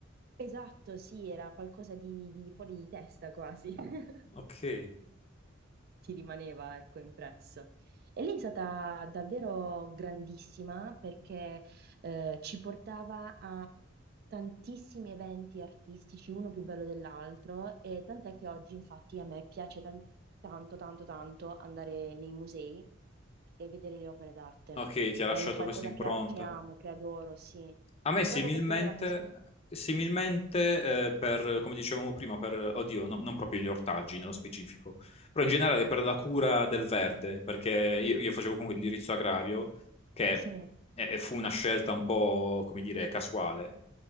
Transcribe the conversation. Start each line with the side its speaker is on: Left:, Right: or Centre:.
Right: esatto, sì, era qualcosa di di fuori di testa quasi. <laughs>
Left: Ok,
Right: ti rimaneva, ecco, impresso. E lei è stata davvero grandissima perché eh, ci portava a tantissimi eventi artistici, uno più bello dell'altro, e tant'è che oggi, infatti, a me piace tan- tanto, tanto, tanto andare nei musei e vedere le opere d'arte.
Left: ok, ti ha
Right: È
Left: lasciato
Right: un qualcosa
Left: questa impronta.
Right: che, che amo, che adoro, sì.
Left: A me similmente,
Right: Proprio perché lei era così.
Left: similmente eh, per, come dicevamo prima, per, oddio, no- non proprio gli ortaggi nello specifico, però in generale per la cura del verde, perché io, io facevo comunque indirizzo agrario, che
Right: Sì,
Left: eh, fu una scelta un po', come dire, casuale.